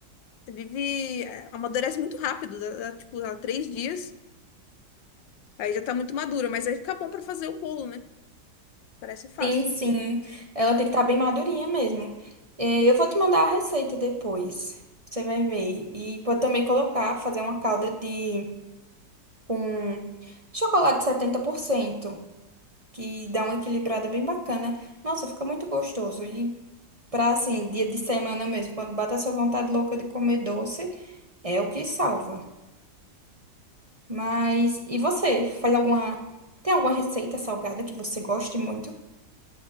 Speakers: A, on the left (about 85°); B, on the right (about 20°).
A: vive. é, Amadurece muito rápido, dá, dá, tipo, há três dias. Aí já tá muito madura, mas aí fica bom pra fazer o bolo, né? Parece fácil.
B: Sim, sim. Ela tem que estar bem madurinha mesmo. Eh, Eu vou te mandar a receita depois. Você vai ver. E pode também colocar, fazer uma calda de com chocolate 70% que dá uma equilibrada bem bacana. Nossa, fica muito gostoso. E pra assim, dia de semana mesmo, quando bate essa vontade louca de comer doce, é o que salva. Mas e você? Faz alguma tem alguma receita salgada que você goste muito?